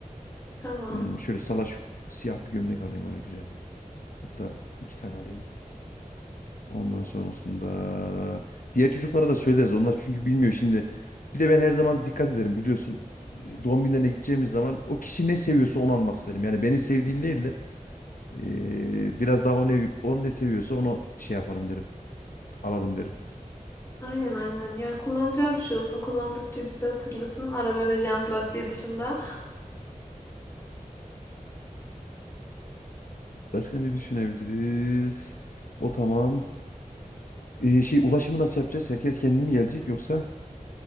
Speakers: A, on the left (about 20°); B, on the left (about 85°).
A: Tamam.
B: Hmm, şöyle salaş siyah bir gömlek alayım ona güzel. Hatta iki tane alayım. Ondan sonrasında diğer çocuklara da söyleriz. Onlar çünkü bilmiyor şimdi. Bir de ben her zaman dikkat ederim biliyorsun. Eee, Doğum günlerine gideceğimiz zaman o kişi ne seviyorsa onu almak isterim. Yani benim sevdiğim değil de eee, biraz daha o ne, o ne seviyorsa onu şey yapalım derim. Alalım derim.
A: Aynen aynen. Ya kullanacağım bir şey olsun. Kullandıkça bizi hatırlasın. Araba ve jant lastiği dışında.
B: Başka ne düşünebiliriz? O tamam. Ee, şey ulaşımı nasıl yapacağız? Herkes kendi mi gelecek yoksa?